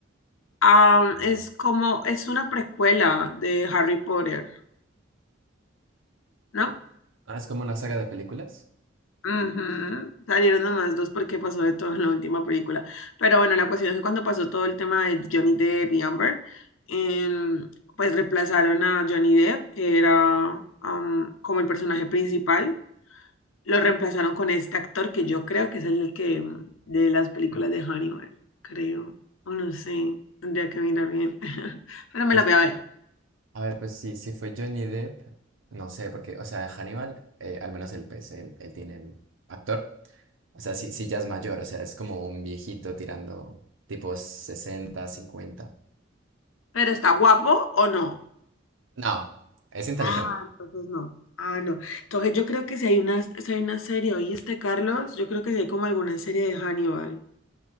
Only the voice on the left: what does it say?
am, es como, es una precuela de Harry Potter, ¿no?
Ujú, Salieron nomás dos porque pasó de todo en la última película. Pero bueno, la cuestión es que cuando pasó todo el tema de Johnny Depp y Amber, em, pues reemplazaron a Johnny Depp, que era am, como el personaje principal, lo reemplazaron con este actor que yo creo que es el que mm, de las películas de Hannibal, creo. O no sé, tendría que mirar bien. <laughs> Pero me
la voy a ver.
¿Pero está guapo o no?
Ah, entonces no. Ah, no. Entonces yo creo que si hay una, si hay una serie, ¿oíste, Carlos? Yo creo que si hay como alguna serie de Hannibal,